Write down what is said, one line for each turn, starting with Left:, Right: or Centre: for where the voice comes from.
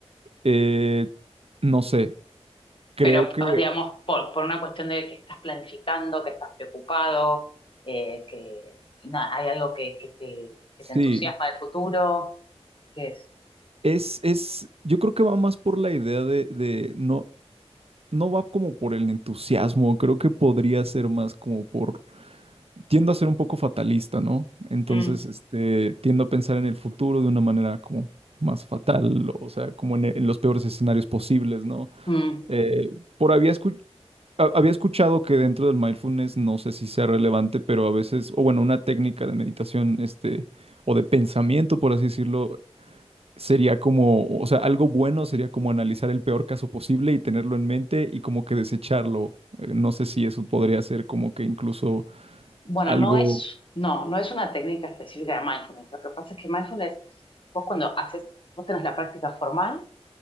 Right: Eh, no sé, creo
Left: Pero,
Right: que
Left: digamos, por, por una cuestión de que estás planificando, que estás preocupado, eh, que nada, hay algo que, que te, que
Right: sí.
Left: te entusiasma del futuro, que es...
Right: Es, es, yo creo que va más por la idea de, de no, no va como por el entusiasmo, creo que podría ser más como por, tiendo a ser un poco fatalista, ¿no? Entonces,
Left: Mm,
Right: este, tiendo a pensar en el futuro de una manera como más fatal, o sea, como en, e- en los peores escenarios posibles, ¿no?
Left: mm.
Right: Eh, por había escu- ha- había escuchado que dentro del mindfulness, no sé si sea relevante, pero a veces, o bueno, una técnica de meditación, este, o de pensamiento, por así decirlo, sería como, o sea, algo bueno sería como analizar el peor caso posible y tenerlo en mente y como que desecharlo. Eh, No sé si eso podría ser como que incluso
Left: Bueno,
Right: algo...
Left: no es, no, no es una técnica específica de mindfulness. Lo que pasa es que mindfulness, vos cuando haces, vos tenés la práctica formal,